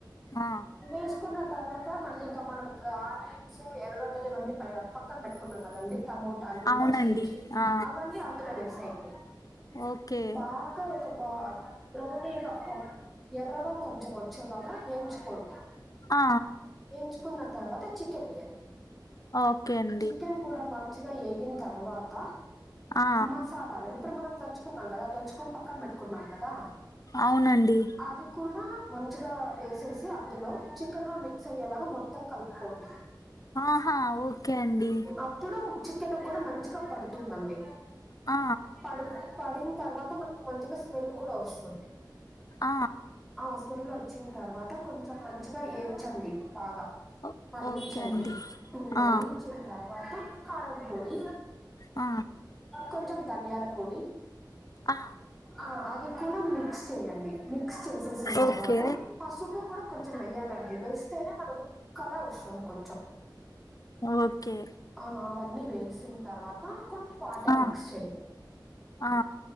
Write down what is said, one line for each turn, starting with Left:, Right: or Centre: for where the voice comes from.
Left: ఆ
Centre: వేసుకున్న తర్వాత మళ్ళీ ఇంకా మనం ఆనియన్స్ మళ్లీ ఇవన్నీ పక్కన పెట్టుకున్నాం కదండి టమోటాలు
Left: అవునండి
Centre: పచ్చిమిర్చి
Left: ఆ
Centre: అవన్నీ అందులో వేసేయండి
Left: ఓకే
Centre: బాగా ఒక బ బ్రౌనీగా ఎర్రగా కొంచెం వచ్చేలాగా వేయించుకోండి
Left: ఆ
Centre: వేయించుకున్న తర్వాత చికెన్ ఎయ్యండి
Left: ఓకే అండి
Centre: చికెన్ కూడా మంచిగా వేగిన తర్వాత
Left: ఆ
Centre: మసాలాలు ఇప్పుడు మనం దంచు న్నాం కదా దంచుకొని పక్కన పెట్టుకున్నాం కదా
Left: అవునండి
Centre: అది కూడా మంచిగా వేసేసి అందులో చికెన్నలో మిక్స్ అయ్యేలాగా మొత్తం కలుపుకోండి
Left: ఆహా ఓకే అండి
Centre: అప్పుడు చికెన్కి కూడా మంచిగా పడుతుందండి
Left: ఆ
Centre: ప పడిన తర్వాత మనకు మంచిగా స్మెల్ కూడా వస్తుంది
Left: ఆ
Centre: ఆ స్మెల్ వచ్చిన తర్వాత కొంచెం మంచిగా వేయించండి బాగా
Left: ఓ
Centre: మరిగించండి
Left: ఓకే అండి
Centre: మరిగించిన
Left: ఆ
Centre: తర్వాత కారం పొడి
Left: ఆ
Centre: కొంచెం ధనియాల పొడి
Left: ఆ
Centre: ఆ అది కూడా మిక్స్ చేయండి మిక్స్ చేసేసిన తర్వాత
Left: ఓకే
Centre: పసుపు కూడా కొంచెం వెయ్యాలండి వేస్తేనే మనకు కలర్ వస్తుంది కొంచెం
Left: ఓకే
Centre: ఆ అవన్నీ వేసిన తర్వాత కొన్ని వాటర్
Left: ఆ
Centre: మిక్స్ చేయండి
Left: ఆ